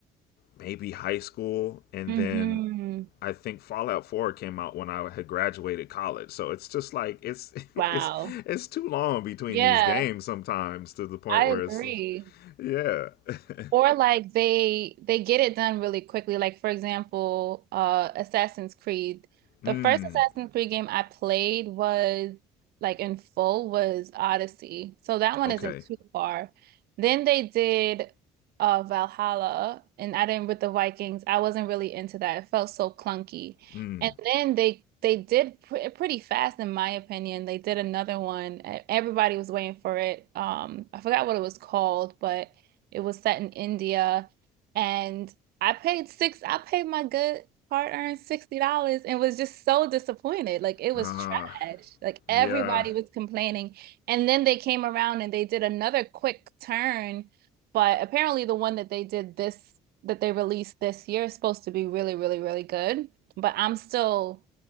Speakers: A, on the left (about 65°); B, on the right (about 65°).
A: maybe high school and
B: hmm
A: then I think Fallout 4 came out when I had graduated college. So it's just like it's <laughs> it's
B: Wow.
A: it's too long between
B: Yeah.
A: these games sometimes to the point
B: I
A: where
B: agree.
A: it's yeah. <laughs>
B: Or like they they get it done really quickly. Like for example, uh Assassin's Creed.
A: Mm.
B: The first Assassin's Creed game I played was like in full was Odyssey. So that one
A: Okay.
B: isn't too far. Then they did uh Valhalla and I didn't with the Vikings. I wasn't really into that. It felt so clunky.
A: Mm.
B: And then they they did pre pretty fast in my opinion. They did another one. E- Everybody was waiting for it. Um I forgot what it was called, but it was set in India, and I paid six. I paid my good hard-earned $60 and was just so disappointed. Like it
A: Ah.
B: was trash.
A: Uh,
B: Like
A: yeah.
B: everybody was complaining. And then they came around and they did another quick turn, but apparently the one that they did this that they released this year is supposed to be really, really, really good. But I'm still